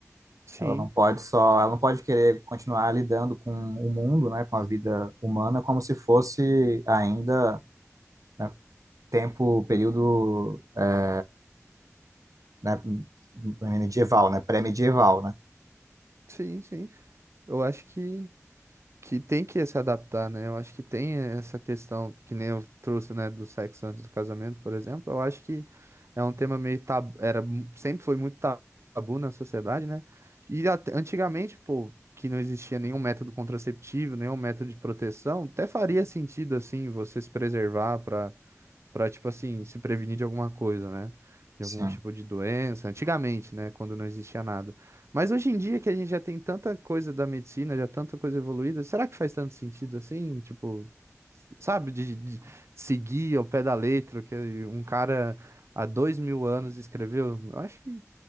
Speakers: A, on the right (about 55°); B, on the right (about 85°).
A: sim,
B: Ela não pode só, ela não pode querer continuar lidando com o mundo, né, com a vida humana, como se fosse ainda, né, tempo, período, eh, né, medieval, né, pré-medieval, né?
A: sim, sim. Eu acho que que tem que se adaptar, né? Eu acho que tem essa questão, que nem eu trouxe, né, do sexo antes do casamento, por exemplo. Eu acho que é um tema meio tabu, era, mu- sempre foi muito tabu na sociedade, né? E até- antigamente, pô, que não existia nenhum método contraceptivo, nenhum método de proteção, até faria sentido, assim, você se preservar para para tipo assim, se prevenir de alguma coisa, né? De
B: Sim,
A: algum tipo de doença. Antigamente, né? Quando não existia nada. Mas hoje em dia que a gente já tem tanta coisa da medicina, já tanta coisa evoluída, será que faz tanto sentido assim? Tipo, sabe, de, de seguir ao pé da letra o que um cara há dois mil anos escreveu? Eu acho que